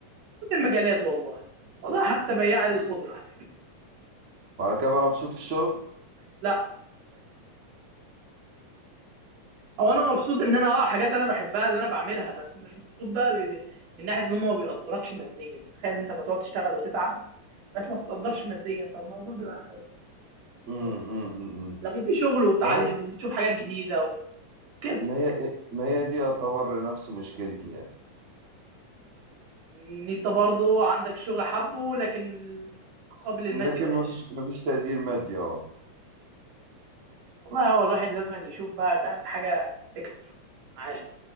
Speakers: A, on the right; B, on the right.
A: كل المجالات والله والله حتى بياع الخضره هناك
B: وعلى كده بقى مبسوط في الشغل
A: <laughs> لا هو
B: <laughs>
A: انا مبسوط ان انا اه حاجات انا بحبها اللي انا بعملها بس مش مبسوط بقى ب- ب- من ناحيه ان هم ما بيقدركش ماديا تخيل انت ما تقعد تشتغل وتتعب بس ما بتقدرش ماديا فالموضوع بيبقى عادي،
B: امم
A: جميل.
B: امم أمم.
A: لكن في شغل وتعلم
B: ما هي
A: وبتشوف حاجات جديده وكده
B: ما هي ما هي دي يعتبر نفس مشكلتي يعني
A: ان انت برضو عندك شغل حبه لكن المقابل المادي
B: لكن
A: وحش
B: ما فيش ما فيش تقدير مادي اه
A: والله هو الواحد لازم يشوف بقى فاهم حاجة اكسترا معاه